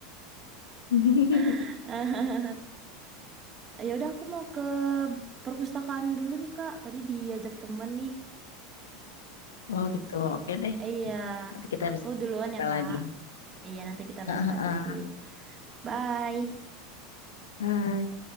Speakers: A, on the left (about 75°); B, on the right (about 35°).
A: <laughs>
B: <laughs> Ya udah aku mau ke perpustakaan dulu nih Kak. Tadi diajak temen nih.
A: Oh gitu, oke deh.
B: Iya,
A: Nanti kita
B: aku
A: bisa
B: duluan
A: cerita
B: ya Kak.
A: lagi.
B: Iya, nanti kita bahas-bahas
A: Heeh, heeh.
B: lagi. Bye.
A: Bye.